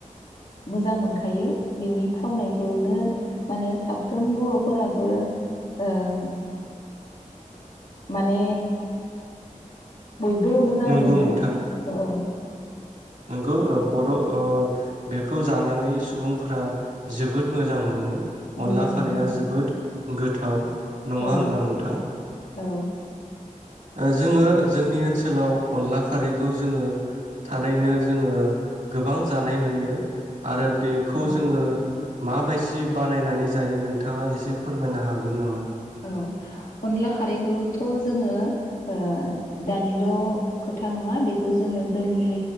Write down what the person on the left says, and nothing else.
मोजां मोनखायो बिनि थावनायखौनो माने साफ्रोम बर'फोराबो। औ माने बयबो मोजां
मोनो
औ औ
मोजां
मोनो
औ
औ
औ
औ अनला खारैखौथ' जोङो ओ दानिल' खोथा नङा बेखौ जोङो जोंनि